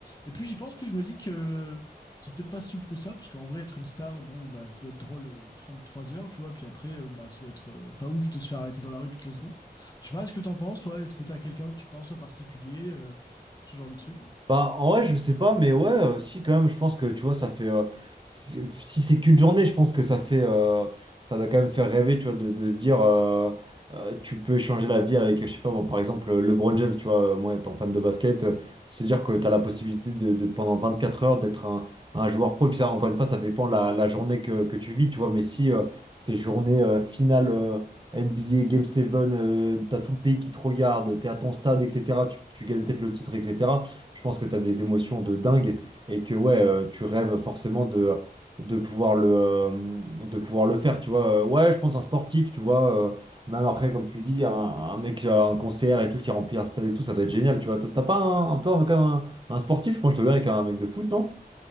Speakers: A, on the left; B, on the right.
A: Et plus j'y pense, plus je me dis que euh, c'est peut-être pas si ouf que ça, parce qu'en vrai, être une star, bon, bah, ça doit être drôle euh, 33 heures, tu vois, puis après, euh, bah, ça doit être euh, pas ouf de se faire arrêter dans la rue toutes les secondes. Je sais pas ce que t'en penses, toi, est-ce que t'as quelqu'un que tu penses en particulier, euh, ce genre de truc?
B: Bah, en vrai, je sais pas, mais ouais, euh, si, quand même, je pense que, tu vois, ça fait... euh, si si c'est qu'une journée, je pense que ça fait... euh, ça doit quand même faire rêver, tu vois, de, de se dire... euh, euh, tu peux échanger la vie avec, je sais pas, moi, par exemple, LeBron James, tu vois, euh, moi, étant fan de basket, euh, se dire que t'as la possibilité de, de, pendant quatre heures, d'être un, un joueur pro. Et puis ça, encore une fois, ça dépend la, la journée que, que tu vis, tu vois, mais si euh, ces journées euh, finales... euh, NBA Game 7, euh, t'as tout le pays qui te regarde, t'es à ton stade, etc. Tu, tu gagnes peut-être le titre, etc. Je pense que tu as des émotions de dingue et que ouais, euh, tu rêves forcément de, de pouvoir le, euh, de pouvoir le faire, tu vois. Euh, Ouais, je pense un sportif, tu vois. euh, même après, comme tu dis, un, un mec, euh, un concert et tout, qui remplit un stade et tout, ça doit être génial, tu vois. T'as t'as pas un, toi, quand même un, un sportif, moi je te verrais avec un mec de foot, non?